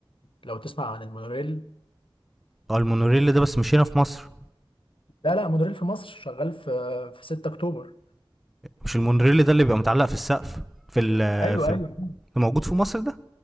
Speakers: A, on the left; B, in the centre.
A: لو تسمع عن المونوريل
B: اه المونوريل ده بس مش هنا في مصر
A: لا لا مونوريل في مصر شغال في في 6 اكتوبر
B: مش المونوريل ده اللي بيبقى متعلق في السقف في ال
A: ايوه
B: في ال-
A: ايوه
B: موجود في مصر ده